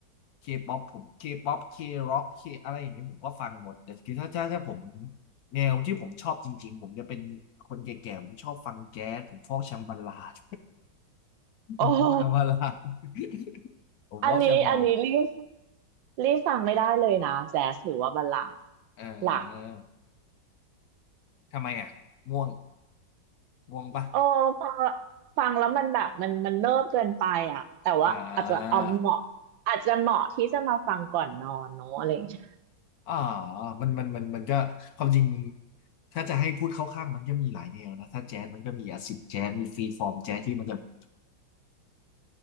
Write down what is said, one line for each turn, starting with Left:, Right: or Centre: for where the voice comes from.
Left: เคป๊อปผมเคป๊อปเคร็อกเคอะไรอย่างนี้ผมก็ฟังหมดแต่คือถ้าถ้าถ้าผมแนวที่ผมชอบจริงๆผมจะเป็นคนแก่ๆผมชอบฟังแจ๊สผมฟอกแชมบาลาด <laughs>
Right: โอ้โห
Left: ผมฟอกแชมบาลาดผมฟอกแชมบาลาด
Right: อันนี้อันนี้รีบรีบฟังไม่ได้เลยนะแจ๊สหรือว่าบัลลาดอะ
Left: เออ
Right: หลัก
Left: ทำไมอ่ะง่วงง่วงปะ
Right: โอ้ฟังฟังแล้วมันแบบมันมันเนิบเกินไปอ่ะแต่ว่าอาจจะเอาเหมาะอาจจะเหมาะที่จะมาฟังก่อนนอนเนอะอะไรอย่างเงี้ย
Left: อ่า อ่ามันมันมันมันก็ความจริงถ้าจะให้พูดเข้าข้างมันก็มีหลายแนวนะถ้าแจ๊สมันก็มีอาซิดแจ๊สมีฟรีฟอร์มแจ๊สที่มันจะ <laughs>